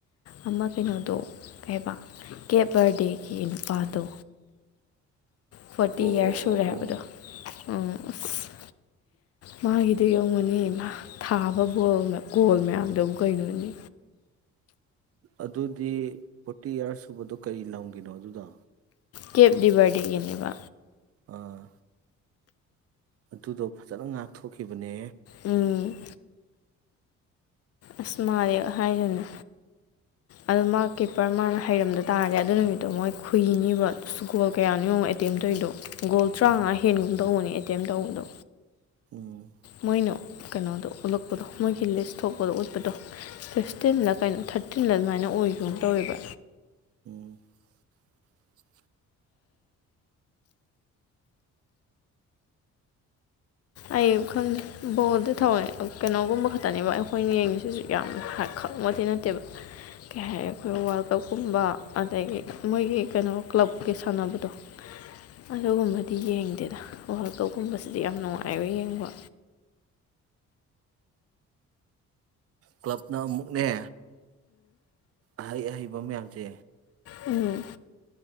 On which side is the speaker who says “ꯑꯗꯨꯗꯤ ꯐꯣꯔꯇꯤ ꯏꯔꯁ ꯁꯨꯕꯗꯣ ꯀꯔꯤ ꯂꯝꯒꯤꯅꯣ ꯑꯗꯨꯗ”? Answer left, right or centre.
Right